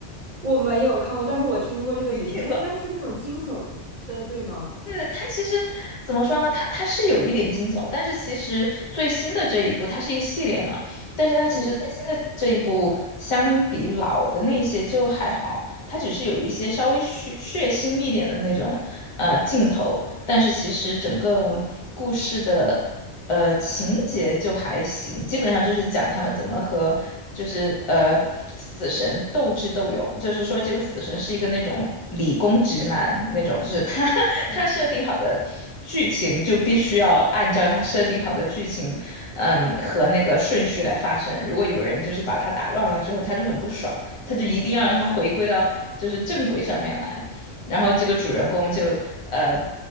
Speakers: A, on the right (about 40°); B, on the left (about 35°).
A: 我没有看过，但是我听过这个名，
B: <laughs> 听
A: 它应该是那种惊悚的，对吗？
B: 对，它其实怎么说呢？它它是有一点惊悚，但是其实最新的这一部，它是一个系列嘛，但是它其实最新的这一部相比老的那些就还好，
A: 嗯，
B: 它只是有一些稍微血血腥一点的那种呃镜头，但是其实整个故事的。呃，情节就还行，基本上就是讲他们怎么和就是呃死神斗智斗勇，就是说这个死神是一个那种理工直男那种，就是他 <laughs>
A: 嗯
B: 他设定好的剧情就必须要按照他设定好的剧情，嗯和那个顺序来发生。如果有人就是把他打乱了之后，他就很不爽，他就一定要让他回归到就是正轨上面来。然后这个主人公就呃